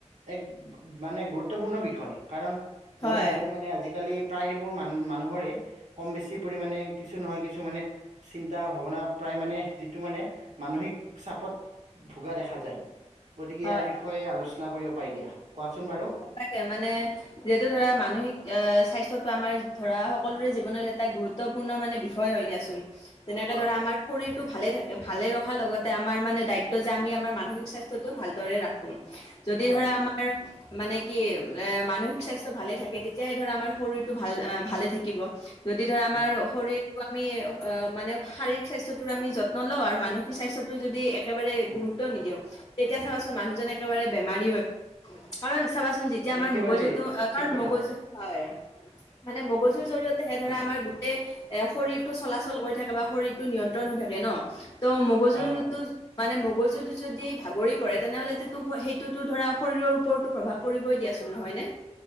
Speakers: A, on the right (about 80°); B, on the left (about 35°).
A: এক- মানে গুৰুত্বপূৰ্ণ বিষয় কাৰণ
B: হয়
A: মই ভাবো মানে আজিকালি প্ৰায়বোৰ মান মানুহৰে কম বেছি পৰিমানে কিছু নহয় কিছু মানে। চিন্তা ভাৱনা প্ৰায় মানে যিটো মানে মানসিক চাপত ভোগা দেখা যায়। গতিকে
B: হয়
A: ইয়াৰ বিষয়ে আলোচনা কৰিব পাৰি দিয়া কোৱাচোন বাৰু।
B: তাকে মানে যিহেতু ধৰা মানসিক আহ স্বাস্থ্যটো আমাৰ ধৰা সকলোৰে জীৱনৰ এটা গুৰুত্ব। গুৰুত্বপূৰ্ণ মানে বিষয় হয় দিয়াচোন যেনেকে
A: হয়,
B: ধৰা আমাৰ। শৰীৰটো ভালে থাকে ভালে ৰখাৰ লগতে আমাৰ মানে দায়িত্ব যে আমি আমাৰ মানসিক স্বাস্থ্যটো ভালদৰে ৰাখোঁ। যদি
A: হয়,
B: ধৰা
A: হয়।
B: আমাৰ মানে কি এ মানসিক স্বাস্থ্য ভালে থাকে তেতিয়াহে ধৰা আমাৰ শৰীৰটো ভাল ভালে থাকিব। যদি ধৰা আমাৰ
A: উম, উম,
B: শৰীৰ টো‌ আমি অ মানে শাৰীৰিক স্বাস্থ্যয়টো আমি যত্ন লওঁ আৰু মানসিক স্বাস্থ্যয়টো যদি একেবাৰে
A: উম,
B: গুৰুত্ব নিদিওঁ তেতিয়া চাবাচোন মানুহজনে একেবাৰে বেমাৰী হয়। কাৰণ চাবাচোন যেতিয়া আমাৰ
A: একেবাৰেই
B: মগজুটো কাৰণ
A: ঠিক কথা।
B: মগজু হয়। মানে মগজুৰ জৰিয়তে হে
A: উম,
B: ধৰা আমাৰ গোটেই এ শৰীৰটো চলাচল কৰি থাকে বা শৰীৰটো নিয়ন্ত্ৰণ হৈ থাকে ন ত মগজুটো।
A: হয়, হয়।
B: মানে মগজুত যদি ভাগৰি পৰে তেনেহ'লে যিটো সেইটোতো ধৰা শৰীৰৰ ওপৰতো প্ৰভাৱ পৰিবই দিয়াচোন নহয় নে?